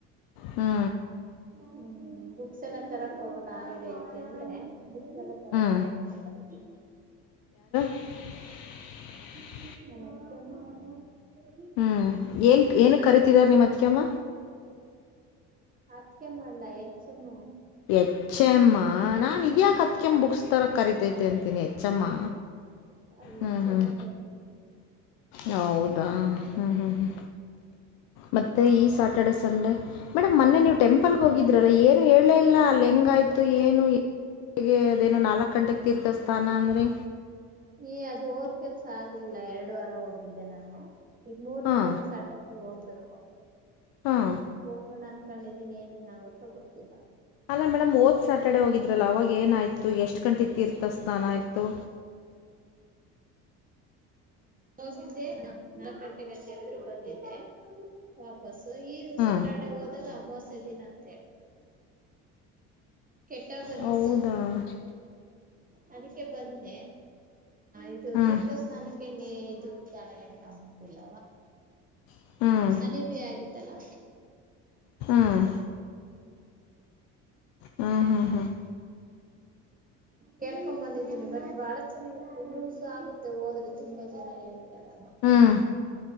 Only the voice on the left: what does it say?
ಹ್ಞೂ
ಹ್ಞೂ
<unintelligible>
ಹ್ಮ್ ಏನ್ ಏನ ಕರೀತಿದಾರ ನಿಮ್ಮ ಅತ್ಕಮ್ಮ
ಎಚ್ಚೆಮ್ಮ ನಾನ್ ಇದ್ಯಾ ಕ ಹತ್ಕಮ್ಮ ಬುಕ್ಸ್ ತರ ಕರಿತೈತೆ ಅಂತ ತಿಿನಿ ಹೆಚ್ಚಮ್ಮ
ಹ್ಮ್
ಹ್ಮ್
ಹೌದಾ ಹ್ಮ್ ಹ್ಮ್ ಹ್ಮ್ ಮತ್ತೆ ಈ ಸಾ ಸಟರ್ಡೆ ಸಂಡೇ ಮೇಡಮ್ ಮೊನ್ನೆ ನೀವು ಟೆಂಪಲ್ಗೆ ಹೋಗಿದ್ರರಲ್ಲ ಏನು ಹೇಳಲೇ ಇಲ್ಲ ಅಲ್ಲಿ ಹೆಂಗಯ್ತು ಏನು ಹಗೆ ಅದೇನುೋ ನಾಲ್ಕು ಗಂಟೆಗೆ ತೀರ್ಥ ಸ್ಥಾನ ಅಂದ್ರೆ
ಹಾಂ
ಹಾಂ
ಅಲ್ಲ ಮೇಡಮ್ ಓದ್ ಸ್ಯಾಟರ್ಡೆ ಹೋಗಿದ್ರಲ್ಲ ಅವಾಗ ಏನಾಯ್ತು ತ ಎಷ್ಟು ಗಂಟೆ ತೀರ್ಥ ಸ್ನಾನ ಆಯಿತು
ಹ್ಞೂ
ಹೌದಾ <inaudible>
ಹ್ಞೂ
<inaudible> ಹ್ಞೂ
ಹ್ಮ್ ಹ್ಮ್ ಹ್ಮ್ ಹ್ಮ <inaudible>
ಹ್ಞೂ